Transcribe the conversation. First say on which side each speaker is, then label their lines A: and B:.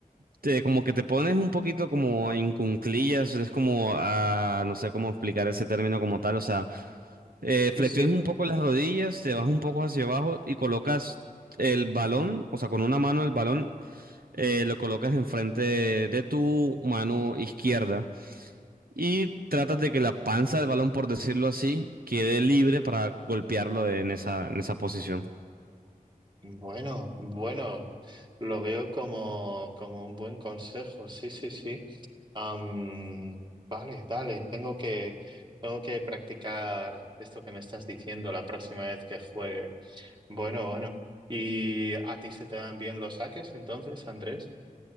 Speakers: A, on the right (about 80°); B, on the right (about 30°).
A: te, como que te pones un poquito como en cunclillas, es como, ah, no sé cómo explicar ese término como tal, o sea, Eh,
B: Sí,
A: flexiones
B: sí.
A: un poco las rodillas, te vas un poco hacia abajo y colocas el balón, o sea, con una mano el balón eh, lo colocas enfrente de tu mano izquierda y tratas de que la panza del balón, por decirlo así, quede libre para golpearlo de- en esa, en esa posición.
B: Bueno, bueno, lo veo como, como un buen consejo, sí, sí, sí. Am, vale, vale, tengo que, tengo que practicar esto que me estás diciendo la próxima vez que juegue. Bueno, bueno. ¿Y a ti se te dan bien los saques entonces, Andrés?